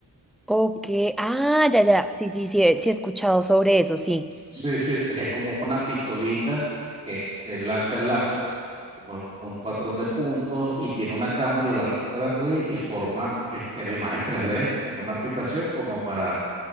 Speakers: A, in the centre; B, on the right.
A: Ok, ah, ya, ya, sí, sí, sí, he- sí he escuchado sobre eso, sí.
B: Sí, sí. que es como una pistolita que eh, lanza el láser como un, un patrón de puntos y tiene una cámara y va recuperando y, y forma este, la imagen 3D en una aplicación como para